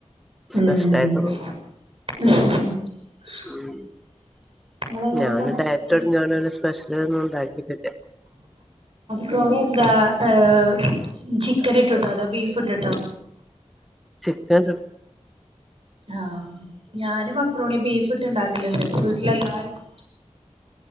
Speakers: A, on the right; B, in the centre.
A: ഉം
B: സ്പെഷ്യലായിട്ടൊന്നും ഉം
A: നിങ്ങളെങ്ങനെ
B: ഞാന്
A: മക്കളെ
B: ഡയറ്റൊട്ങ്യോണ്ട് ഒരു സ്പെഷ്യൽ ഒന്നും ഉണ്ടാക്കിട്ടില്ല.
A: ക്രൂണി എന്താ ഏഹ് ചിക്കൻ ഇട്ട്ട്ടോ അതോ ബീഫ് ഇട്ട്ട്ടോ?
B: ചിക്കൻ ഇട്ട്
A: ആഹ് ഞാന് മക്രോണി ബീഫ് ഇട്ട് ഇണ്ടാക്കല്ണ്ട് വീട്ടിലെല്ലാർക്കും